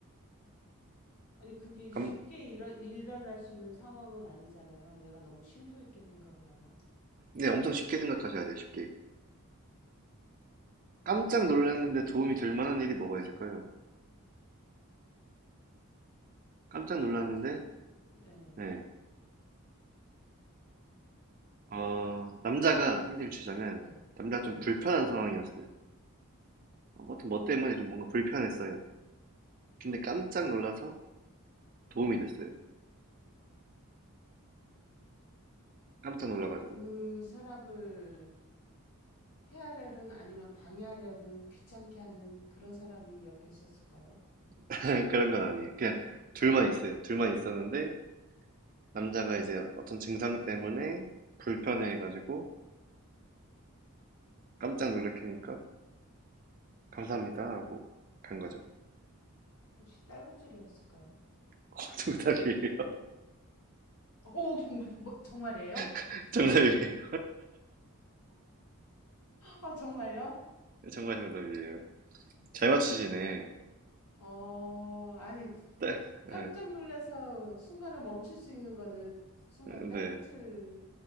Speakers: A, on the left; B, on the right.
A: 아니 그게 쉽게
B: 감,
A: 일어, 일어날 수 있는 상황은 아니잖아요. 내가 너무 심도 있게 생각을 하나?
B: 네, 엄청 쉽게 생각하셔야 돼요, 쉽게. 깜짝 놀랐는데 도움이 될 만한 일이 뭐가 있을까요? 깜짝 놀랐는데,
A: 깜짝. 네.
B: 네. 어, 남자가 힌트를 주자면,
A: 네.
B: 남자가
A: 네.
B: 좀 불편한 상황이었어요. 아무튼 뭐 때문에 좀 뭔가 불편했어요. 근데 깜짝 놀라서 도움이 됐어요. 깜짝 놀라가지고.
A: 그 사람을 해하려는 아니면 방해하려는 귀찮게 하는 그런 사람이 옆에 있었을까요?
B: <laughs> 그런 건 아니에요. 그냥 둘만 있어요. 둘만 있었는데, 남자가 이제 어떤 증상 때문에 불편해가지고 깜짝 놀래키니까 감사합니다 하고 간 거죠.
A: 혹시 딸꾹질을 했을까요?
B: <laughs> 정답이에요.
A: 오, 뭐, 뭐, 정말이에요?
B: <laughs> 정답이에요.
A: 어, 정말요?
B: 정말 정답이에요. 잘 맞추시네.
A: 어, 아니,
B: 네.
A: 깜짝
B: 예.
A: 놀라서 순간을 멈출 수 있는 거는 순간
B: 네.
A: 딸꾹질,
B: 네.